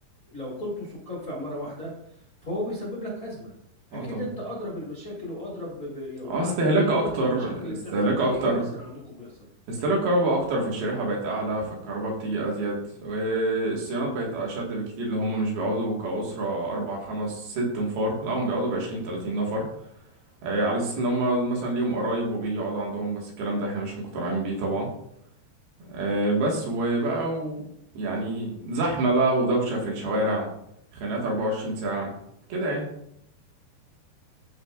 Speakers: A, on the left; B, on the right.
A: لو كنتوا سكان في عمارة واحدة فهو بيسبب لك أزمة اكيد
B: اه طبعا
A: انت ادرى بالمشاكل وادرى ب... ب... وعندك
B: اه استهلاك
A: دراية
B: اكتر
A: بالمشاكل اللي
B: استهلاك
A: بتحصل زي
B: اكتر
A: ايه مثلا عندكم بيحصل
B: استهلاك كهرباء اكتر فالشريحه بقت اعلى فالكهرباء بتيجي ازيد والصيانات بقت اشد بكتير اللي هم مش بيقعدوا كاسره اربع خمس ست نفار لا هم بيقعدوا بعشرين تلاتين نفر آه، على اساس ان هم مثلا ليهم قرايب وبيجي يقعدوا عندهم بس الكلام ده احنا مش مقتنعين بيه طبعا آه، بس وبقى و... يعني زحمه بقى ودوشه في الشوارع خناقات 24 ساعه كده يعني